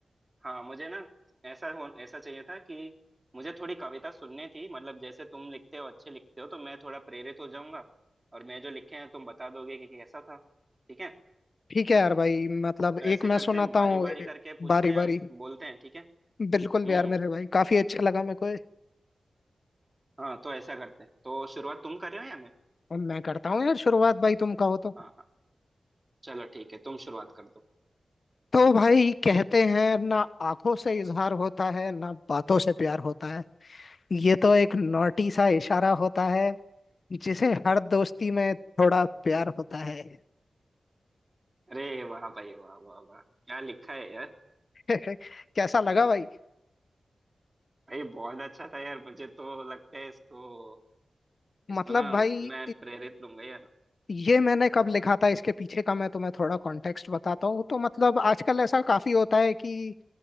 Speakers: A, on the right; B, on the left.
A: हाँ मुझे ना ऐसा हो ऐसा चाहिए था कि मुझे थोड़ी कविता सुननी थी मतलब जैसे तुम लिखते हो अच्छे लिखते हो तो मैं थोड़ा प्रेरित हो जाऊंगा और मैं जो लिखे हैं तुम बता दोगे कि कैसा था ठीक है
B: ठीक है यार भाई मतलब एक
A: तो ऐसे
B: मैं
A: करते
B: सुनाता
A: हैं बारी
B: हूँ
A: बारी करके पूछते
B: बारी
A: हैं
B: बारी
A: बोलते हैं ठीक है हम्म
B: बिल्कुल भी यार
A: हम्म
B: मेरे भाई काफी अच्छा लगा मेरे को ये।
A: हाँ तो ऐसा करते हैं तो शुरुआत तुम कर रहे हो या मैं
B: अब मैं करता हूँ यार शुरुआत भाई तुम कहो तो
A: हाँ हाँ चलो ठीक है तुम शुरुआत कर दो
B: तो भाई कहते हैं ना आंखों से इजहार होता है ना बातों से प्यार होता है ये तो एक नोटी सा इशारा होता है जिसे हर दोस्ती में थोड़ा प्यार होता है
A: अरे वाह भाई वाह वाह वाह क्या लिखा है यार
B: <laughs> कैसा लगा भाई
A: भाई बहुत अच्छा था यार मुझे तो लगता है इसको इसको
B: मतलब
A: ना
B: भाई
A: मैं प्रेरित लूंगा यार
B: ये मैंने कब लिखा था इसके पीछे का मैं तुम्हें थोड़ा कॉन्टेक्स्ट बताता हूँ तो मतलब आजकल ऐसा काफी होता है कि